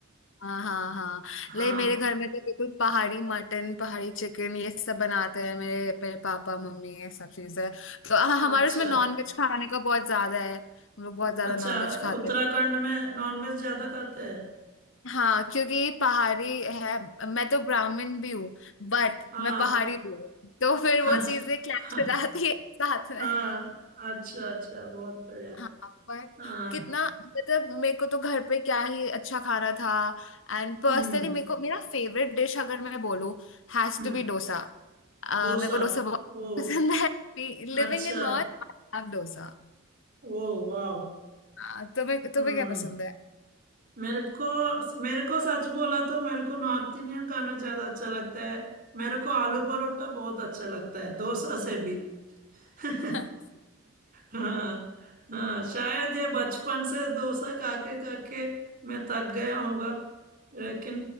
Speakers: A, on the left; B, on the right.
A: हाँ हाँ हाँ
B: हाँ
A: ले मेरे घर में तो बिल्कुल पहाड़ी मटन पहाड़ी चिकन ये सब बनाते हैं मेरे मेरे पापा मम्मी ये सब चीजें तो हाँ, हमारे
B: अच्छा
A: उसमें नॉन वेज खाने का बहुत ज्यादा है हम लोग बहुत ज्यादा
B: अच्छा
A: नॉन वेज खाते
B: उत्तराखंड
A: हैं
B: में नॉनवेज ज्यादा खाते हैं
A: हाँ क्योंकि पहाड़ी है मैं तो ब्राह्मण भी हूँ बट
B: हाँ
A: मैं पहाड़ी भी हूँ तो फिर
B: <laughs>
A: वो
B: अच्छा
A: चीजें क्लैश
B: हाँ
A: हो जाती है <laughs> साथ
B: हाँ,
A: में
B: अच्छा अच्छा बहुत बढ़िया
A: हाँ बट
B: हाँ
A: कितना मतलब मेरे को तो घर पे क्या ही अच्छा खाना था एंड
B: हम्म
A: पर्सनली मेरे को मेरा फेवरेट डिश अगर मैं बोलूँ हैज
B: हम्म
A: टू बी डोसा अह,
B: डोसा
A: मेरे को डोसा बहुत
B: ओ
A: पसंद है Living
B: अच्छा
A: in north I love dosa
B: ओ वाव
A: हाँ, तुम्हें तुम्हें
B: हम्म
A: क्या पसंद है
B: मेरे को मेरे को सच बोला तो मेरे को नॉर्थ इंडियन खाना ज्यादा अच्छा लगता है मेरे को आलू परोठा बहुत अच्छा लगता है डोसा से भी <laughs>
A: <laughs>
B: हाँ हाँ शायद ये बचपन से डोसा खा के खा के मैं थक गया होगा लेकिन